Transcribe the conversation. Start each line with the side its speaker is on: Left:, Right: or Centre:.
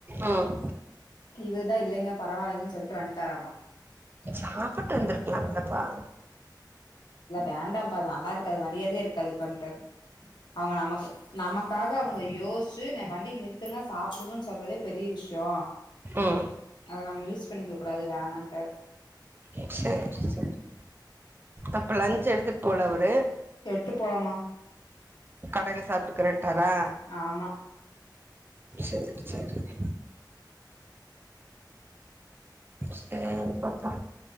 Right: ம்
Left: இவருதா இல்லங்க பரவாலங்கன்னு சொல்ட்டு வன்டாராமா
Right: சாப்புட்டு வந்துருக்கலாம்லா பா
Left: வேண்டப் பா அது நல்லா இருக்காது மரியாதையா இருக்காது பன்டர் அவுங்க நமக்கு நமக்காக அவுங்க யோசிச்சு ந ம வண்டி நிறுத்துங்க சாப்டுங்கனு சொல்றதே பெரிய விஷ்யோ
Right: ம்
Left: அத நம்ம யூஸ் பண்ணிக்க கூடாது வேணான்டாரு
Right: <inaudible> அப்ப லஞ்ச் எடுத்துட்டு போல அவரு
Left: எட்டு போலமா
Right: <unintelligible> சாப்ட்டுக்கிரன் டரா
Left: ஆமா.
Right: செரி செரி <inaudible> செரி பாப்பா